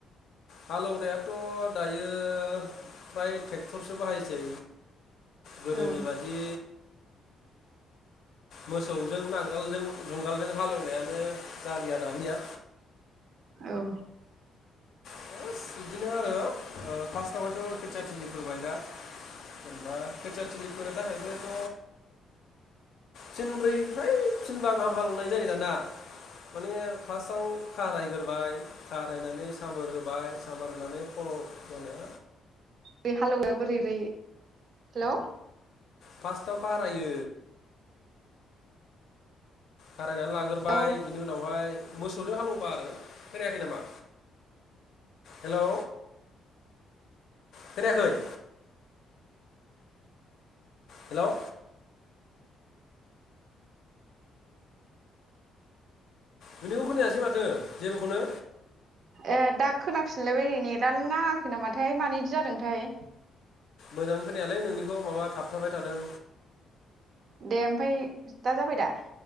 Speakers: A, on the left; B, on the right.
A: हालेवनायात' दायो फ्राय ट्रेक्ट'रसो बाहायसै
B: औ
A: गोदोनि बादि मोसौजों नांगालजों जुंगालजों हालौनायानो जालिया दानिया
B: औ
A: <unintelligible> बिदिनो आरो ओ फास्थावहायथ' खोथिया थुलि फोबाय दा जेनबा खोथिया थिलि फोनो थाखायबोथ' फिनब्रै फ्राय फिनबा गाहाम हालौनाय जायो दाना माने फास्टआव खारायग्रोबाय थारायनानै सामोर होब बाय सामार होनानै फल' मानो
B: <unintelligible> बोरै रै हेल'
A: फास्टाव खारायो खारायनानै लाग्रोबाय
B: औ
A: बिनि उनावहाय मोसौजों हालौबा आरो खोनायाखै नामा हेलौ खोनायाखै हेलौ नोंनिखौ खोनायासै माथो जेबोखौनो।
B: ए दा खोनाफिनलायबाय नै नेदानो नाङाखै नामाथाय? मानो इदि जादोंथाय?
A: मोजां खोनायालै नोंनिखौ माबा थाबथाबाय थादों।
B: दे ओमफाय दा जाबाय दा।